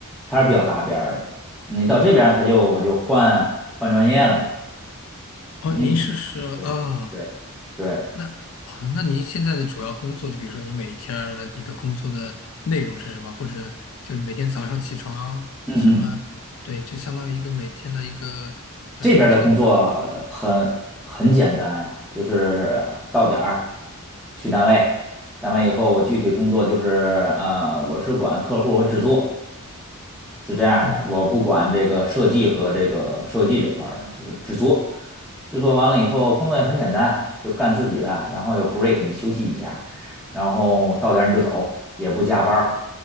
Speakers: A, in the centre; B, on the left.
A: 它是比较搭边儿的。你到这边儿，他就我就换换专业了嘛，
B: 哦，
A: 因为毕
B: 您是是哦，
A: 对对对，
B: 那啊，那您现在的主要工作，就比如说你每一天儿的一个工作的内容是什么？或者就是每天早上起床什么？
A: 嗯嗯
B: 嗯对，就相当于一个每天的一个叫
A: 这边儿的工作呃很很简单呀、
B: routine 吧。
A: 就是到点儿去单位，单位以后我具体工作就是呃，我是管客户和制作，是这样的，
B: 嗯，
A: 我不管这个设计和这个设计这块儿的，就是制作，制作完了以后，工作也很简单，就干自己的，然后有 break 你休息一下，然后到点儿你就走，也不加班儿